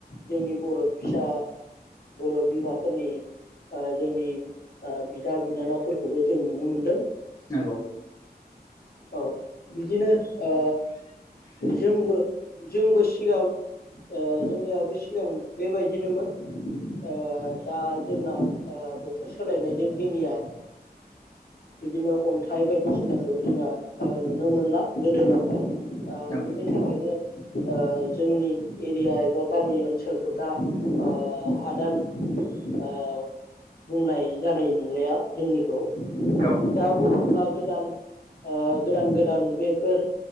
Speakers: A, on the left; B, on the left.
A: जोंनि बर फिसा बर बिमाफोरनि ओ जोंनि ओ बिदा बिनानावफोर खौबो जों नुनो मोनदों।
B: नंगौ
A: औ बिदिनो ओ जोंबो जोंबो सिगां ओ जोंनियाबो सिगां बेबायदियानोमोन। ओ दा जोंना ओ बोथोर सोलायनायजों जोंनिया ओ बिदिनो अन्थाइ बायदिसिनाखौ जोंहा ओ नुनो मोनला गोदोलांबाय। आ
B: नंगौ
A: बेनि
B: नोंथां
A: थाखायनो ओ जोंनि एरिया एबा गामि ओनसोलखौ दा आ हादान ओ बुंनाय जानाय नंलिया जोंनि खौ <unintelligible>
B: औ
A: गोदान आ गोदान गोदान बेफोर